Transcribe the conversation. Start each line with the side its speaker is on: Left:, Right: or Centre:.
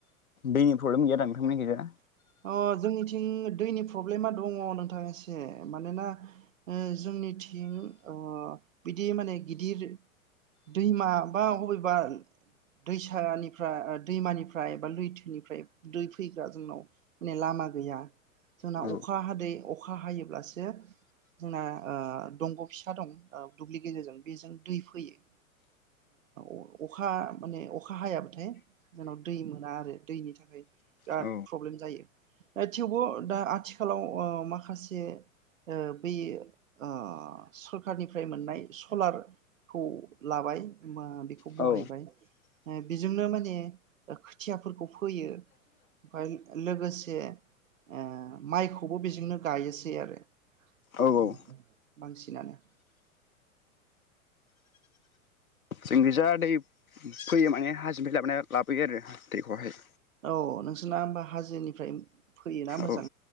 Left: दैनि प्रब्लेम गैया दा नोंथां मोननिजा?
Right: अ जोंनिथिं दैनि प्रब्लेमा दङ नोंथां एसे मानोना ओ जोंनिथिं ओ बिदि माने गिदिर दैमा बा अबेबा दैसानिफ्राय ओ दैमानिफ्राय बा लैथोनिफ्राय दै फैग्रा जोंनाव माने लामा गैया। जोंना
Left: औ
Right: अखा हादै अख अखा हायोब्लासो जोंना ओ दंग' फिसा दं ओ दुब्लि गेजेरजों बेजों दै फोयो। ओ अखा माने अखा हायाबाथाय जोंनाव दै मोना आरो दैनि थाखाय बिराद
Left: औ
Right: प्रब्लेम जायो। ओ थेवबो दा आथिखालाव ओ माखासे ओ बै आ सरखारनिफ्राय मोननाय सलारखौ लाबाय मा बेखौ
Left: औ
Right: बहायबाय ओ बेजोंनो माने खोथियाफोरखौ फोयो ओमफ्राय लोगोसे दे ओ माइखौबो बेजोंनो गायोसै आरो
Left: औ
Right: माने बांसिनानो।
Left: जोंखिजा दै फैयो माने हाजोनिफ्राय लाबोनायर लाबोयो आरो दैेख'हाय
Right: औ नोंसोरना होमबा हाजोनिफ्राय फैयोना मोजां
Left: औ